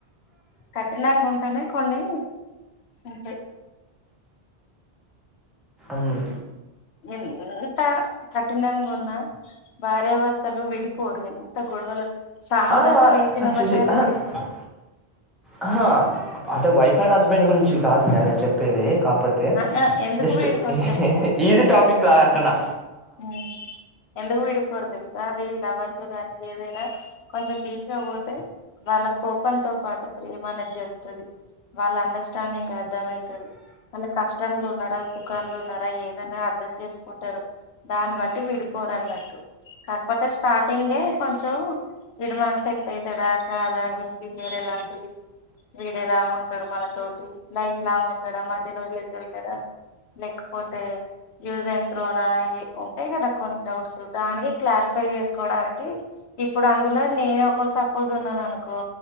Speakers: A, on the left; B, in the centre.
A: కఠినంగా ఉంటేనే కొన్ని ఉంటై
B: మ్మ్
A: ఎంతా కఠినంగా ఉన్నా భార్యాభర్తలు విడిపోరు గని ంత గొడవలు సావు
B: ఆ
A: దాకా వేచిన
B: అచ్చెచ్చే
A: మధ్య గాని
B: ఆ
A: విడిపోరు
B: హా అ హా అంటే వైఫ్ వైఫ్ అండ్ హస్బెండ్ గురించి కాదు, నేను అనేది చెప్ ప్పేది కాకపోతే
A: ఆ, ఆ, ఎందుకు
B: జస్ట్
A: విడిపోరు
B: ఈజీ టాపిక్ లాగా అంటూన్నా
A: ఉమ్ ఎందుకు వీడి పోరు తెల్ సా అది లవర్స్ గాని ఏదైనా కొంచెం డీప్ గా పోతే వాళ్ల కోపంతో పాటు ప్రేమ అనేది తెల్త్తది వాళ్ల అండర్‌స్టాండింగ్ అర్థమైతది వాళ్ళు కష్టంలో ఉన్నారా సుఖంలో ఉన్నారా ఏదన్నా అర్ధం చేసుకుంటారు దాన్ని బట్టి విడిపోరన్నట్టు కాకపోతే స్టార్టింగే కొంచెం వీడు మనకు సెట్ అయితాడ కాదా వీనికి వేరేలా ఐతది వీడు ఎలా ఉంటాడు మనతోటి లైఫ్ లాంగ్ ఉంటాడా మధ్యలో వదిలేసి ఎళ్తాడా. లేకపోతే యూజన్ త్రోనా ఏ ఉంటాయి కదా కొన్ని డౌట్స్, దానికి క్లారిఫై చేసుకోవడానికి ఇప్పుడు అందులో నేను ఒకో సపోజ్ ఉన్నాను అనుకో,